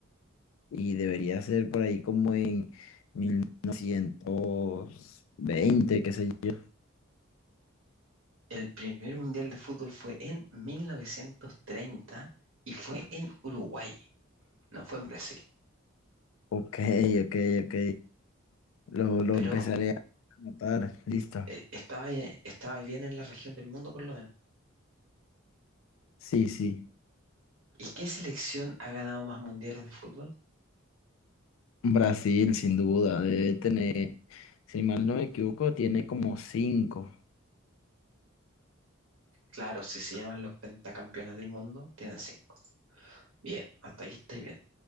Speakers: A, on the left (about 75°); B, on the right (about 70°).
A: y debería ser por ahí como en ciento veinte qué sé yo.
B: El primer mundial de fútbol fue en 1930 y fue en Uruguay, no fue en Brasil,
A: Ok, ok, ok. Lo, lo
B: pero
A: empezaré a notar. Listo.
B: eh, estaba, ahí- estaba ahí bien en la región del mundo por lo menos.
A: Sí, sí.
B: ¿Y qué selección ha ganado más mundiales de fútbol?
A: Brasil, sin duda, debe tener, si mal no me equivoco, tiene como cinco.
B: Claro, si se llaman los pentacampeones del mundo, tienen cinco. Bien, hasta ahí estáis bien.